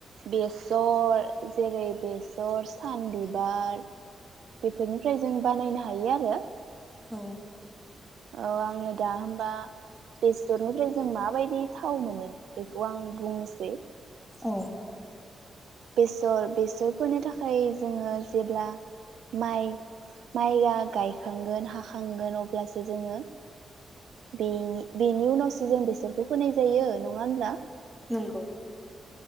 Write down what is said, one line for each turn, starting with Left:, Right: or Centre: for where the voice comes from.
Right: बेसर जेरै बेसर सान बिबार बेफोरनिफ्राय जों बानायनो हायो आरो
Centre: औ
Right: औ आं दा हाम बा बेफोरनिफ्राय जों मा बायदि थाव मोनो बेखौ आं बुंनोसै
Centre: औ
Right: बेसर बेसर फोनो थाखाय जोङो जेब्ला माइ माइआ गायखांगोन हाखांगोन अब्लासो जोङो बेनि बेनि उनावसो जों बेसरखौ फोनाय जायो नङा होमब्ला
Centre: नंगौ